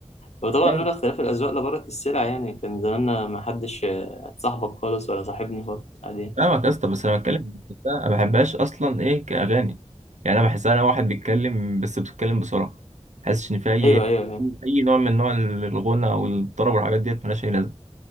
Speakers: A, on the left; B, on the right.
A: وطبعا
B: أيوة.
A: لولا اختلاف الأذواق لبارت السلع يعني كان زماننا ما حدش صاحبك خالص ولا صاحبني خالص عادي
B: فاهمك يا اسطى بس انا بتكلم إن نفسها ما بحبهاش اصلا ايه كاغاني يعني انا بحسها انا واحد بيتكلم بس بيتكلم بسرعه ما بحسش ان في اي
A: أيوه أيوه فاهم.
B: اي نوع من نوع الغنى او الطرب والحاجات ديت ملهاش اي لازمه